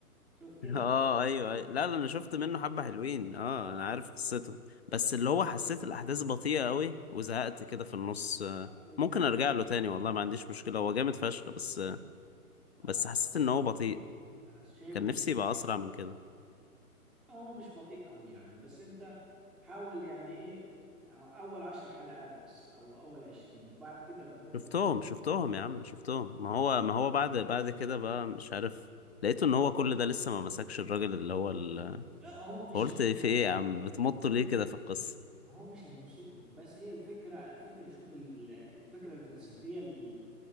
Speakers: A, in the centre; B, on the left.
A: شوف كده
B: <laughs> اه ايوه أيوة. لا لا انا شفت منه حبة حلوين اه
A: اه
B: انا عارف قصته بس اللي هو حسيت الاحداث بطيئة قوي وزهقت كده في النص آه،
A: وبناء
B: ممكن ارجع له تاني والله ما عنديش
A: اه
B: مشكلة هو جامد فشخ بس آه،
A: اه
B: بس حسيت ان هو بطيء
A: شايف
B: كان
A: بناء
B: نفسي
A: شخص-
B: يبقى اسرع من كده
A: هو مش بطيء قوي يعني بس انت حاول يعني ايه اول عشر حلقات بس او اول عشرين وبعد كده الامور
B: شفتهم
A: بتكون
B: شفتهم يا عم شفتهم ما هو ما هو بعد بعد كده بقى مش عارف لقيته ان هو كل ده لسه ما مسكش الراجل اللي هو ال...
A: لا هو مش
B: فقلت في ايه يا عم بتمطوا
A: هو
B: ليه
A: مش
B: كده في القصة
A: هو مش هيمسكه بس هي الفكرة الفكرة شوف ال- الفكرة الفلسفية ال-